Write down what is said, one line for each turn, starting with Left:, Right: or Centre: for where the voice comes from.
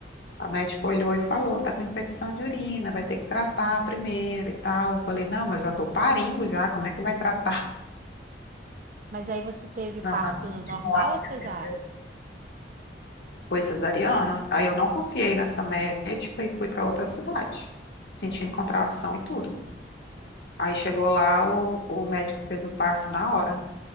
Left: A médica olhou e falou: tá com infecção de urina, vai ter que tratar primeiro e tal. Eu falei: não, mas já tô parindo já, como é que vai tratar? <laughs>
Right: Mas aí você teve parto
Left: Não, vai continuar
Right: normal
Left: com
Right: ou
Left: esse-
Right: cesárea?
Left: foi cesariana. Aí eu não confiei nessa médica e fui para outra cidade, sentindo contração e tudo. Aí chegou lá, o, o médico fez o parto na hora.